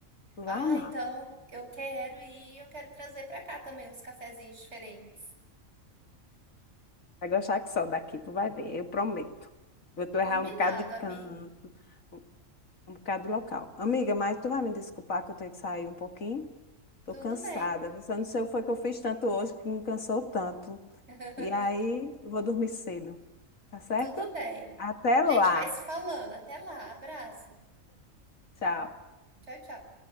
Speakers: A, on the left; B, on the right.
A: tu
B: Ah,
A: vai amar.
B: então, eu quero ir, e eu quero trazer pra cá também uns cafezinhos diferentes.
A: Vai gostar que só daqui, tu vai ver, eu prometo. Vou te levar
B: Combinado,
A: um bocado de
B: amiga.
A: canto, um, um bocado de local. Amiga, mas tu vai me desculpar que eu tenho que sair um pouquinho? Tô
B: Tudo
A: cansada.
B: bem.
A: Eu não sei o que foi que eu fiz tanto hoje que me cansou tanto.
B: <laughs>
A: E aí, eu vou dormir cedo, tá certo?
B: Tudo bem.
A: Até
B: A
A: lá.
B: gente vai se falando. Até lá. Abraço.
A: Tchau.
B: Tchau, tchau.